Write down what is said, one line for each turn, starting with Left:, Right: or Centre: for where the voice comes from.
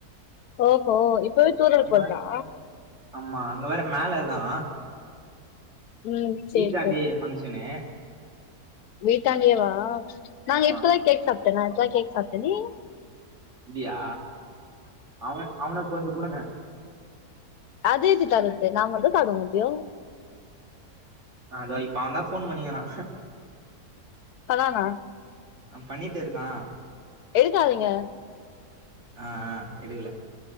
Left: ஓஹோ இப்பவே தூரல்
Right: அங்க
Left: போட்தா
Right: ஆமா அங்க வேற மேலேதா
Left: ம்
Right: வீட்டாண்டயெ
Left: சேரி
Right: பங்க்ஷனு
Left: வீட்டாண்டெயேவா நாங்க
Right: ஆமா
Left: இப்பதா கேக் சாப்ட்டே நா இப்ப தா கேக் சாப்ட்டனே
Right: அப்டியா அவ அவனுக்கு கொஞ்ச குடுங்க
Left: அது எப்டி தர்றது நா மட்டு சாப்ட முட்யூ
Right: நாதா இப்ப அவ தா போன் பண்ணிக்கிறா
Left: அதான
Right: பண்ணிட்டிர்க்கா
Left: எடுக்காதீங்க
Right: ஆ ஆ எடுக்கல